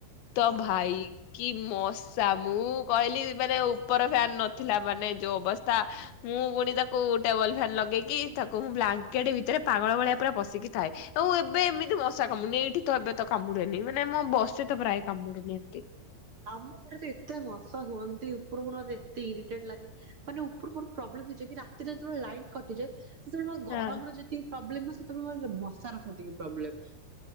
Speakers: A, on the left; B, on the right.
A: ତ
B: ହଁ।
A: ଭାଇ । କି ମଶା ମୁଁ କହିଲି ମାନେ ଉପର ଫ୍ୟାନ ନଥିଲା ମାନେ ଯୋଉ ଅବସ୍ଥା । ମୁଁ ପୁଣି ତାକୁ ଟେବଲ ଫ୍ୟାନ୍ ଲଗେଇକି। ତାକୁ ମୁଁ ବ୍ଲାଙ୍କେଟ ଭିତରେ ପାଗଳ ଭଳିଆ ପୁରା ବସିକି ଥାଏ । ଆଉ ଏବେ ଏମିତି ମଶା କାମୁଡୁନି ଏଇଠି ତ ଏବେ ତ କାମୁଡେନି ମାନେ ମୁଁ ବସେ ତ ପ୍ରାଏ କାମୁଡୁନି ଏମିତି ।
B: ଆମ ଘରେ ତ ଏତେ ମଶା ହୁଅନ୍ତି ଉପର ମର ମତେ ଏତେ ଇରିଟେଟ୍ ଲାଗେ ମାନେ ଉପର ମୋର ପ୍ରବ୍ଲେ । ଚିକି ରାତିରେ ଯେତୋବେଳେ ଲାଇନ କଟିଯାଏ। ସେତେବେଳେ ମୋ ଗରମର
A: ହଁ
B: ଯେତିକି ପ୍ରବ୍ଲୋମ ନୁହଁ ସେତେବେଳେ ମୋର ବର୍ଷାର ସେତିକି ପ୍ରବ୍ଲେମ୍।